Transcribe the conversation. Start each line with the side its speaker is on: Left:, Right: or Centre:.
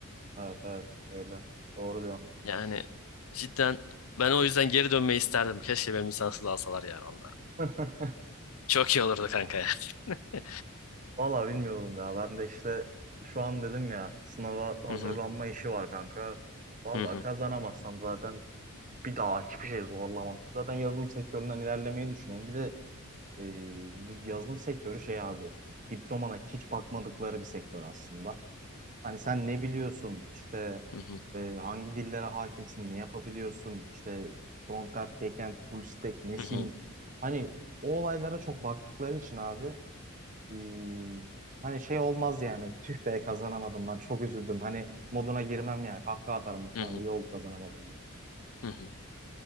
Right: Evet evet öyle. Doğru diyorsun.
Left: Yani cidden ben o yüzden geri dönmeyi isterdim. Keşke benim lisansı da alsalar ya valla.
Right: <laughs>
Left: Çok iyi olurdu kanka ya. <laughs>
Right: Valla bilmiyorum ya. Ben de işte şu an dedim ya sınava hazırlanma
Left: Hı hı,
Right: işi var kanka. Valla
Left: hı hı,
Right: kazanamazsam zaten bir daha hiçbir şey zorlamam. Zaten yazılım sektöründen ilerlemeyi düşünüyorum. Bir de e, bu yazılım sektörü şey abi hani diplomana hiç bakmadıkları bir sektör aslında. Hani sen ne biliyorsun işte
Left: hı hı,
Right: E, hangi dillere hakimsin, ne yapabiliyorsun, işte frontend, backend, full stack nesin?
Left: hı hı,
Right: Hani o olaylara çok baktıkları için abi e, hani şey olmaz yani tüh be kazanamadım lan çok üzüldüm. Hani moduna girmem yani kahkaha atarım muhtemelen
Left: hı hı,
Right: iyi oldu kazanamadım.
Left: hı hı.